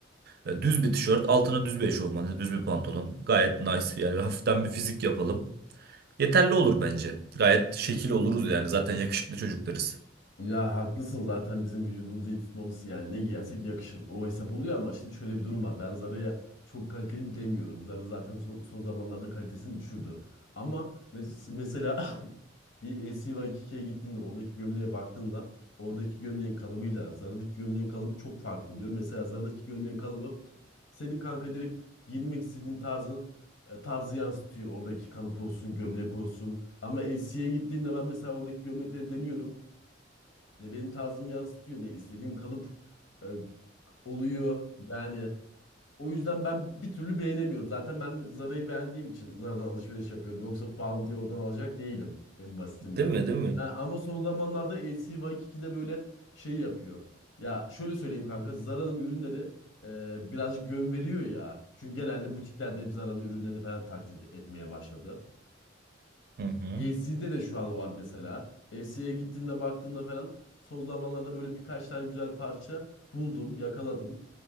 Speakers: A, on the right; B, on the left.
A: Ee, düz bir tişört altına düz bir eşofman yani düz bir pantolon gayet nice yani hafiften bir fizik yapalım. Yeterli olur bence. Gayet şekil oluruz yani zaten yakışıklı çocuklarız.
B: Ya haklısın zaten bizim vücudumuzu iyi tutmamız yani ne giyersek yakışır. O hesap oluyor ama şimdi şöyle bir durum var. Ben Zara'ya çok kaliteli demiyorum. Zara zaten son, son zamanlarda kalitesini düşürdü. Ama mes- mesela <coughs> <clears throat> bir SCY2K'ye gittiğinde oradaki gömleğe baktığında oradaki gömleğin kalıbıyla Zara'daki gömleğin kalıbı çok farklı oluyor. Mesela Zara'daki gömleğin kalıbı senin kanka direkt giyinmek istediğin tarzın e, tarzı yansıtıyor. Oradaki kalıp olsun, gömlek olsun. Ama SC'ye gittiğimde ben mesela oradaki gömlekleri deniyorum ne benim tarzımı yansıtıyor ne istediğim kalıp e, oluyor. Yani o yüzden ben bir türlü beğenemiyorum. Zaten ben Zara'yı beğendiğim için Zara'dan alışveriş yapıyorum. Yoksa pahalı diye oradan alacak değilim en basitinden.
A: Değil mi değil mi?
B: Ha, ama son zamanlarda LC böyle şey yapıyor. Ya şöyle söyleyeyim kanka Zara'nın ürünleri e, birazcık yön veriyor ya. Çünkü genelde butiklerde hep Zara'nın ürünlerini falan taklit etmeye başladı.
A: Hı hı.
B: FC'de de şu an o var mesela. FC'ye gittiğinde baktığında falan son zamanlarda böyle birkaç tane güzel parça buldum, yakaladım.